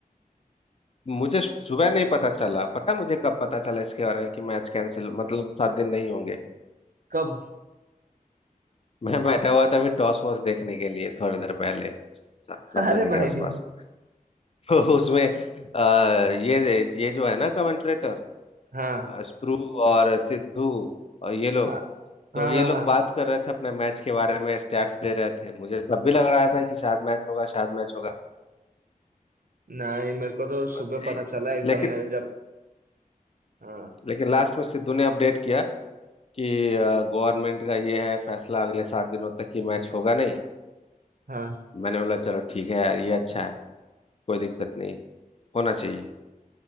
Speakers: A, on the left; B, on the right.
A: मुझे सुबह नहीं पता चला पता है मुझे कब पता चला इसके बारे में कि मैच कैंसिल मतलब सात दिन नहीं होंगे
B: <laughs> कब
A: मैं बैठा हुआ था अभी टॉस वॉस देखने के लिए थोड़ी देर पहले सा- सात
B: अरे
A: बजे के
B: भाई
A: आसपास <laughs> तो उसमें आ, ये ये जो है ना कमेंट्रेटर
B: हाँ
A: स्प्रू और सिद्धू और ये लोग
B: हाँ
A: तो
B: हाँ
A: ये
B: हाँ
A: लोग
B: हाँ
A: बात कर रहे थे अपने मैच के बारे में स्टैट्स दे रहे थे मुझे तब भी लग रहा था कि शायद मैच होगा शायद मैच होगा
B: नहीं मेरे को तो सुबह
A: बस यही
B: पता चला एकदम
A: लेकिन
B: मैंने जब हाँ
A: लेकिन लास्ट में सिद्धू ने अपडेट किया कि गवर्नमेंट का ये है फैसला अगले सात दिनों तक कि मैच होगा नहीं
B: हाँ
A: मैंने बोला चलो ठीक है यार ये अच्छा है कोई दिक्कत नहीं होना चाहिए